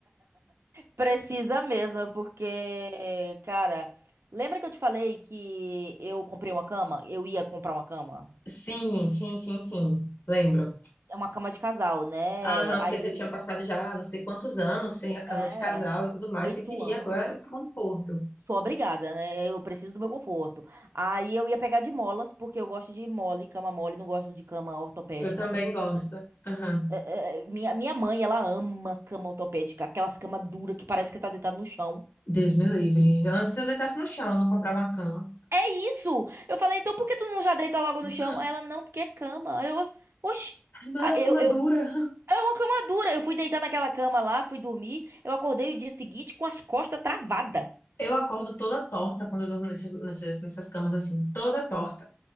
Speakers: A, on the right; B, on the left.
A: Precisa mesmo, porque, cara, lembra que eu te falei que eu comprei uma cama? Eu ia comprar uma cama?
B: Sim, sim, sim, sim, lembro.
A: É uma cama de casal, né?
B: Aham, porque
A: Aí,
B: você tinha passado já não sei quantos anos sem a cama
A: é,
B: de casal e tudo
A: oito
B: mais, você queria
A: anos.
B: agora esse conforto.
A: Sou obrigada, né? Eu preciso do meu conforto. Aí eu ia pegar de molas, porque eu gosto de mole, cama mole, não gosto de cama ortopédica.
B: Eu também gosto. Aham.
A: É, é, minha, minha mãe, ela ama cama ortopédica, aquelas camas duras que parece que tá deitado no chão.
B: Deus me livre. Antes eu deitasse no chão, não comprava uma cama.
A: É isso! Eu falei, então por que tu não já deita logo
B: Ah,
A: no chão? Aí ela, não, porque é cama. Aí Eu, oxi!
B: mas
A: Ah,
B: a
A: Eu,
B: cama
A: eu,
B: é dura.
A: é uma cama dura. Eu fui deitar naquela cama lá, fui dormir. Eu acordei o dia seguinte com as costas travadas.
B: Eu acordo toda torta quando eu durmo nessas, nessas, nessas camas assim, toda torta.